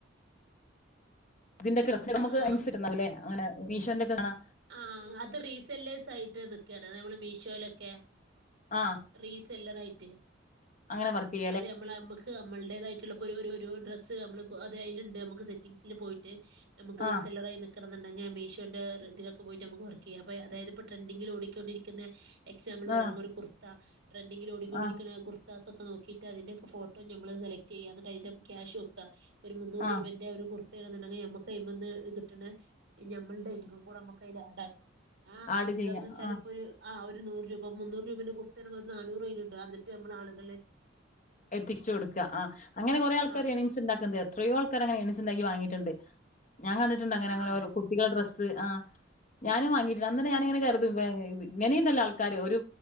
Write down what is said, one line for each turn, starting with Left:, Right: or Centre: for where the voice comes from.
Left: ഇതിന്റെ <unintelligible> നമ്മക്ക്
Right: ആ
Left: <unintelligible> അങ്ങനെ മീഷോന്റെ കാണാ
Right: ആഹ് അത് റീസെല്ലേസായിട്ട് നിക്കാണ് ഞമ്മള് മീഷോലൊക്കെ
Left: ആ
Right: റീസെല്ലറായിട്ട്
Left: അങ്ങന വർക്കി
Right: അത് ഞമ്മള നമ്മക്ക് നമ്മള്ടേതായിട്ട്ള്ളൊര് ഇപ്പൊ ഒരു ഒരു ഡ്രസ്സ് നമ്മള് അത് അയ്ലിണ്ട് ഞമ്മക്ക് സെറ്റിംഗ്സില് പോയിട്ട് ഞമ്മക്ക്
Left: ആ
Right: റീസെല്ലറായി നിക്ക്ണംന്ന് ഇണ്ടെങ്കി മീഷോന്റെ ഇ പോയിട്ട് ഞമ്മക്ക് വർക്ക് ചെയ്യാം അപ്പാ അതായത് ഇപ്പൊ ട്രൻഡിങ്ങില് ഓടിക്കൊണ്ടിരിക്ക്ന്നെ എക്സാമ്പിള്
Left: ആ
Right: പറ്യാണ് ഒര് കുർ ത്താ ട്രെൻിങ്ങില് ഓടിക്കൊണ്ടിരിക്ക്ണാ
Left: ആ
Right: കുർ സൊക്കെ നോക്കീട്ട് അതിന്റെക്ക ഫോട്ടോ ഞമ്മള് സെലക്ടീയ്യ ഇന്ന്ട്ട് അയിന്റെ ക്യാഷോക്ക ഒര് മുന്നൂറ്
Left: ആ
Right: രൂബന്റെ ഒര് കുർത്ത്യാണെന്ന് ഇണ്ടെങ്കി ഞമ്മക്ക് അയ്മന്ന് കിട്ട്ണ ഞമ്മള്ടെ ഇൻകം കൂട നമ്മ <unintelligible>
Left: ആഡ്
Right: ന്ന്
Left: ചെയ്യാ
Right: വെച്ചാല്
Left: ആ
Right: ഇപ്പ ഒര് ആ ഒര് നൂറ് രൂപാ മുന്നൂറ് രൂപന്റെ ബുക്കന്നെ ഒര് നാന്നൂറ് രുവെല് ഇണ്ട് ആ ഇന്നട്ട് നമ്മള് ആള്കൾലെ
Left: എത്തിച്ച് കൊട്ക്ക ആഹ് അങ്ങനെ കൊറെ ആൾക്കാര്
Right: ആഹ്
Left: എണിങ്സ് ഇണ്ടാ <unintelligible> എത്രയോ ആൾക്കാര് അങ്ങനെ എണിങ്സ് ഇണ്ടാക്കി വാങ്ങിട്ട്ണ്ട് ഞാൻ കണ്ടിട്ട്ണ്ട് അങ്ങനെ
Right: ആഹ്
Left: അങ്ങന
Right: അതെ
Left: ഓരോ കുട്ടികളെ ഡ്രസ്സ് ആഹ് ഞാനും വാങ്ങിട്ട്ണ്ട് അന്നന്നേ ഞാന് ഇങ്ങനെ കര്തും വെ ഇങ്ങനി ഇണ്ടല്ലോ ആൾക്കാര് ഒരു